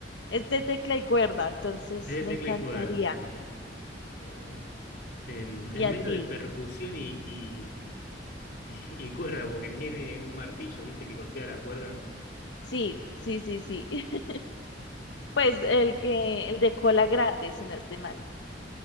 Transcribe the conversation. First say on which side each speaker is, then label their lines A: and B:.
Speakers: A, on the left (about 85°); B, on the left (about 60°).
A: es de tecla y cuerda, entonces
B: Es de
A: me
B: tecla
A: encantaría.
B: y cuerda, sí. Eh, em,
A: ¿Y
B: es medio
A: a ti?
B: de percusión y, y- <laughs> y y cuerda, porque tiene un martillo, ¿viste? Que golpea la cuerda.
A: Sí, sí, sí, sí. <laughs> Pues
B: Eh,
A: el que, el de cola grande, si no estoy mal.